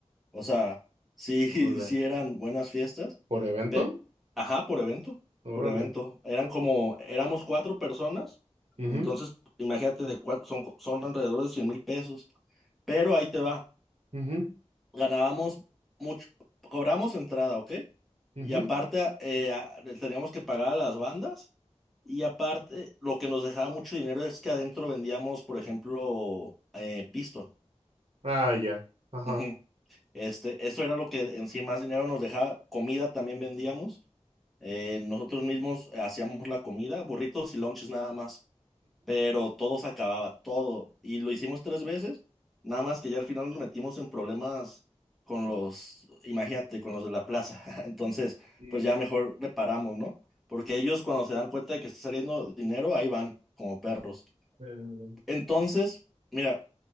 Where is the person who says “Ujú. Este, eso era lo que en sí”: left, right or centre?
Centre